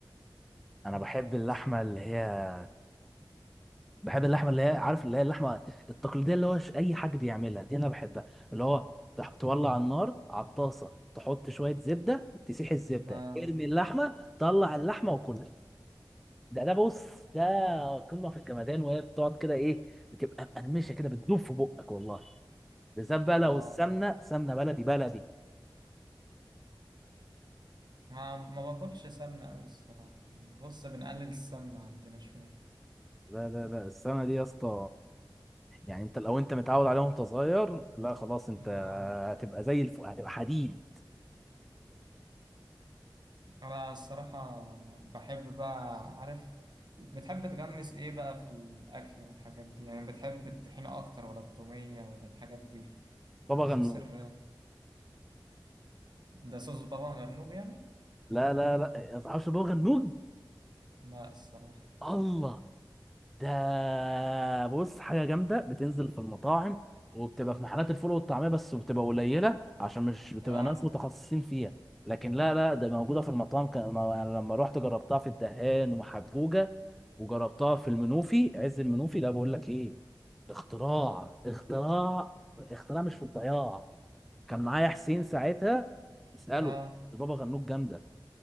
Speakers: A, in the centre; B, on the right.
A: انا بحب
B: خالص
A: اللحمه اللي هي بحب اللحمه اللي هي عارف اللي هي اللحمه التقليديه اللي هو ش- اي حد بيعملها دي انا بحبها اللي هو تح- تولع النار على الطاسه تحط شويه زبده تسيح الزبده
B: ما
A: ارمي اللحمه طلع اللحمه وكلها ده ده بص ده قمه في الجمدان وهي بتقعد كده ايه بتبقى مقرمشه كده بتدوب في بقك والله بالذات بقى لو
B: آه
A: السمنه سمنه بلدي بلدي
B: ما ما باكلش سمنة أوي الصراحة يعني بص بنقلل السمنة عندنا شوية
A: لا لا لا السمنه دي يا اسطى يعني انت لو انت متعود عليها وانت صغير لا خلاص انت
B: ما
A: هتبقى زي الف... هتبقى حديد
B: أنا الصراحة بحب بقى عارف بتحب تغمس إيه بقى في الأكل والحاجات دي يعني بتحب الطحينة أكتر ولا التومية ولا الحاجات دي
A: بابا غنوج
B: صوص الر ده صوص بابا غنوج يعني؟
A: لا لا لا ما تعرفش بابا غنوج
B: لا الصراحة
A: الله ده بص حاجه جامده بتنزل في المطاعم وبتبقى في محلات الفول والطعميه بس بتبقى قليله عشان مش بتبقى
B: لا
A: ناس متخصصين فيها لكن لا لا ده موجوده في المطاعم كان ما- لما رحت جربتها في الدهان ومحجوجه وجربتها في المنوفي عز المنوفي لا بقول لك ايه اختراع اختراع اختراع مش في الضياع كان معايا حسين ساعتها اساله
B: لا
A: البابا غنوج جامده